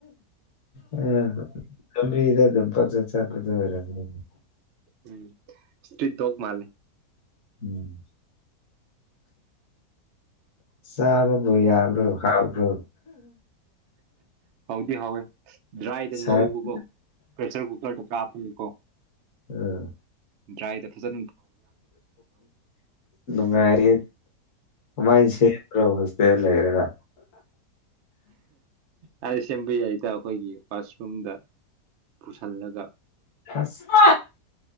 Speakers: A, on the left; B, on the right.
A: ꯑ ꯀꯝꯕꯤꯗꯣ ꯑꯗꯨꯝ ꯐꯖ ꯆꯥꯊꯗꯣꯏ ꯑꯣꯏꯔꯝꯒꯅꯤ
B: ꯎꯝ ꯁꯔꯤꯠ ꯗꯣꯛ ꯃꯥꯜꯂꯦ
A: ꯎꯝ ꯆꯥꯕꯕꯨ ꯌꯥꯕ꯭ꯔꯣ ꯍꯥꯎꯕ꯭ꯔꯣ
B: ꯊꯤ ꯍꯥꯎꯋꯦ ꯗ꯭ꯔꯥꯏꯗ
A: ꯁꯥꯕ꯭ꯔꯣ
B: ꯉꯧꯕꯀꯣ ꯄ꯭ꯔꯦꯁꯔ ꯀꯨꯀꯔꯗ ꯀꯥꯞꯄꯅꯤꯀꯣ
A: ꯑꯥ
B: ꯗ꯭ꯔꯥꯏ ꯗ ꯐꯖ
A: ꯅꯨꯡꯉꯥꯏꯔꯤ
B: ꯎꯝ
A: ꯃꯥꯏꯁꯦ
B: ꯎꯝ
A: ꯀꯔꯣꯁ ꯕꯤꯔ ꯂꯩꯔꯒ
B: ꯍꯥꯏ ꯁꯦꯝꯕ ꯌꯥꯏꯗ ꯑꯩꯈꯣꯏꯒꯤ ꯋꯥꯁꯔꯨꯝꯗ ꯄꯨꯁꯜꯂꯒ
A: ꯑꯁ